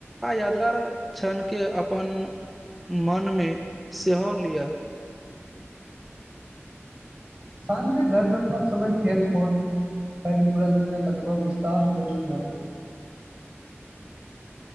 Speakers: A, in the centre; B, on the right.
A: आ यादगार छण के अपन मन मे सेहो लिअ
B: शाझ मे घर लौटबाक समय फेर फोन आई पूरा दिनक अनुभव विस्तार जरुर सुनाएब